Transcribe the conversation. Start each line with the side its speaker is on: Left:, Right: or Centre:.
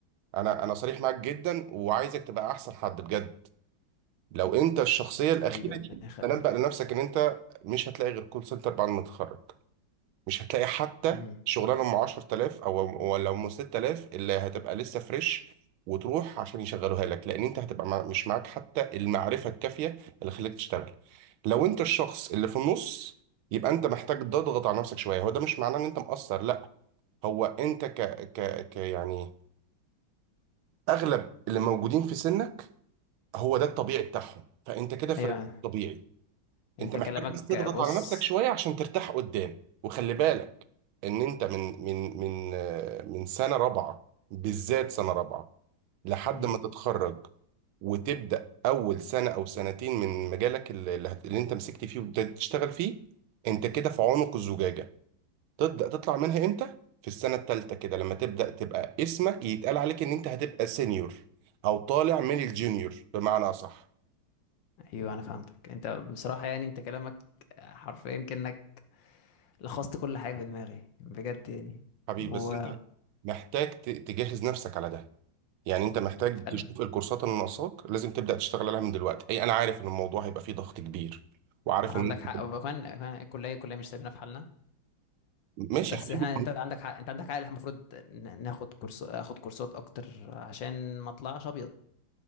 Right: انا انا صريح معاك جدا وعايزك تبقى احسن حد بجد لو انت الشخصيه الاخيره
Left: حبيبي ربنا
Right: دي
Left: يخليك
Right: تنبأ لنفسك ان انت مش هتلاقي غير كول سنتر بعد ما تتخرج مش هتلاقي حتى
Left: مم.
Right: شغلانه ام 10000 او ولا ام 6000 اللي هتبقى لسه فريش وتروح عشان يشغلوها لك لان انت هتبقى مع- مش معاك حتى المعرفه الكافيه اللي خليك تشتغل لو انت الشخص اللي في النص يبقى انت محتاج تضغط على نفسك شويه هو ده مش معناه ان انت مقصر لا هو انت ك ك ك يعني اغلب اللي موجودين في سنك هو ده الطبيعي بتاعهم فانت كده في
Left: ايوه
Right: الريتم الطبيعي
Left: انت
Right: انت
Left: كلامك
Right: محتاج بس تضغط
Left: بص
Right: على نفسك شويه عشان ترتاح قدام وخلي بالك ان انت من من من آه، من سنه رابعه بالذات سنه رابعه لحد
Left: مم.
Right: ما تتخرج وتبدا اول سنه او سنتين من مجالك اللي, اللي هت- اللي انت مسكت فيه وابتديت تشتغل فيه انت كده في عنق الزجاجه تبدا تطلع منها امتى في السنه الثالثه كده لما تبدا تبقى اسمك يتقال عليك ان انت هتبقى سينيور او طالع من الجونيور بمعنى اصح
Left: ايوه انا فهمتك انت بصراحة يعني انت كلامك حرفيا كأنك لخصت كل حاجة في دماغي بجد يعني
Right: حبيبي
Left: و
Right: بس انت محتاج ت- تجهز نفسك على ده يعني انت محتاج
Left: فعلا
Right: تشوف الكورسات اللي ناقصاك لازم تبدا تشتغل عليها من دلوقتي اي انا عارف ان الموضوع هيبقى فيه ضغط كبير وعارف
Left: عندك
Right: ان انت
Left: حق وكمان كمان الكلية الكلية مش سايبينها في حالنا
Right: ماشي
Left: بس
Right: يا حبيبي
Left: احنا انت عندك حق انت عندك حق اللي احنا المفروض ن- ناخد كورس اخد كورسات اكتر عشان ما اطلعش ابيض